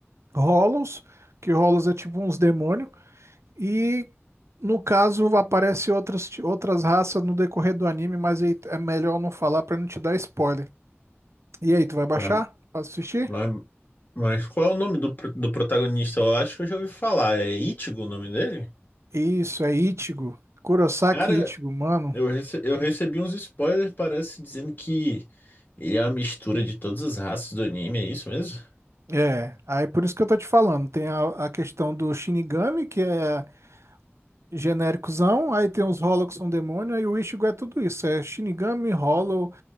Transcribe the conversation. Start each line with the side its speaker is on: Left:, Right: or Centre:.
Right: Hollows, que Hollows é tipo uns demônios. E no caso aparece outras, outras raças no decorrer do anime, mas aí é melhor não falar pra não te dar spoiler. E aí, tu vai baixar
Left: Mas,
Right: pra assistir?
Left: mas, mas qual é o nome do, pro- do protagonista? Eu acho que eu já ouvi falar. É Ichigo o nome dele?
Right: Isso, é Ichigo. Kurosaki
Left: Cara,
Right: Ichigo, mano.
Left: eu, rece- eu recebi uns spoilers, parece, dizendo que ele é uma mistura de todas as raças do anime, é isso mesmo?
Right: É, aí por isso que eu tô te falando. Tem a, a questão do Shinigami, que é genéricozão, aí tem os Hollow que são demônio, aí o Ichigo é tudo isso. É Shinigami, Hollow,